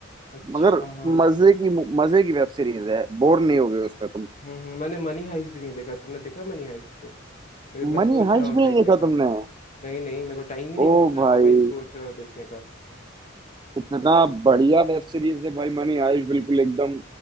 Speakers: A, on the left (about 35°); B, on the right (about 20°).
A: अच्छा
B: मगर
A: हम्म
B: मजे की मजे की वेब सीरीज है बोर नहीं होगे उसमें तुम
A: हम्म, मैंने मनी हाइस्ट भी नहीं देखा तुमने देखा मनी हाइस्ट को मैं मैं
B: मनी
A: सोच
B: हाइश
A: रहा हूँ
B: भी
A: देखने
B: नहीं देखा
A: का
B: तुमने
A: नहीं नहीं मेरे को टाइम ही नहीं
B: ओ
A: मिलता
B: भाई
A: मैं वही सोच रहा हूँ देखने का
B: इतना बढ़िया वेब सीरीज है भाई मनी हाइश बिल्कुल एकदम